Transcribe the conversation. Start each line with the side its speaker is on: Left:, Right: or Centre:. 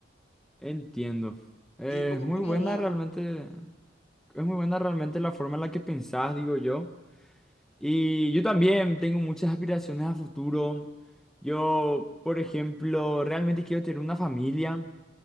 Centre: Entiendo. Eh,
Left: Y como,
Centre: Es muy
Left: como
Centre: buena
Left: vos-
Centre: realmente, es muy buena realmente la forma en la que pensás, digo yo. Y yo también tengo muchas aspiraciones a futuro. Yo, por ejemplo, realmente quiero tener una familia.